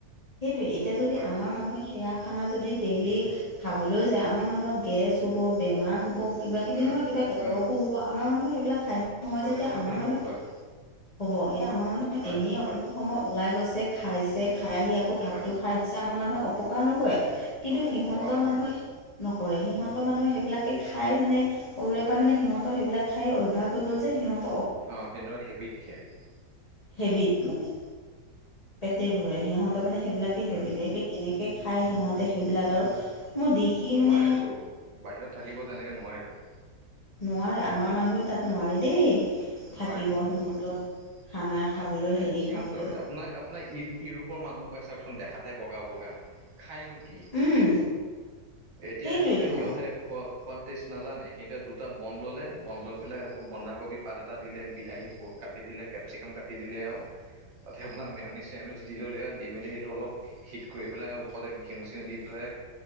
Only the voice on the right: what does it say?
হয়
উম
উম
যথেষ্টখিনি
হ'ব
হয়
হয়
হয়
হয়
অপ
অপকাৰ নকৰে
অ হিহন্তৰ হেবিত হৈছে।
উম
নোৱাৰেতো
বাহিৰত থাকিব তেনেকৈ নোৱাৰেতো।
নোৱাৰে
নোৱাৰে
নোৱাৰে এ
সিহঁতৰ
আপোনাৰ আপোনাৰ এই ইউৰোপৰ মানুহোপা চাওকচোন দেখাতেহে বগা বগা। খাইনো কি
এতিয়া
এতিয়া সিহঁতে। খোৱা-খোৱা টেষ্ট নাজানে। সিহঁতে দুটা বন ল'লে, বন লৈ পেলাই আকৌ বন্ধাকবি পাত এটা কাটি দিলে, বিলাহী বোৰ-কাটি দিলে, কেপচিকাম কাটি দিলে আৰু। তাতে আপোনাৰ মেৰনিছ-চেৰনিছ দি ললে আৰু, দি মেলি সেইটো অলপ হিট কৰি পেলাই ওপৰতে ঘিউ-চিউ দি পেলাই।